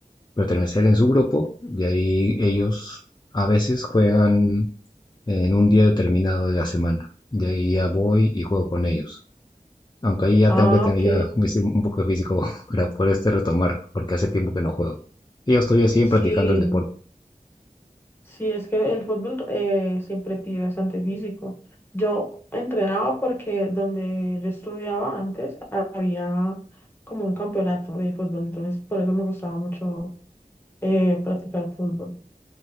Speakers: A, on the left; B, on the left.
A: pertenecer en su grupo y ahí ellos a veces juegan eh, en un día determinado de la semana. Y ahí ya voy y juego con ellos. Aunque ahí ya
B: Ah,
A: tengo que tener
B: ok.
A: ya un, un poco de físico <laughs> para poder este retomar, porque hace tiempo que no juego. Y yo estoy así
B: Sí,
A: practicando el deporte.
B: sí, es que el fútbol eh, siempre pide bastante físico. Yo entrenaba porque donde yo estudiaba antes había como un campeonato de fútbol, entonces por eso me gustaba mucho eh, practicar fútbol.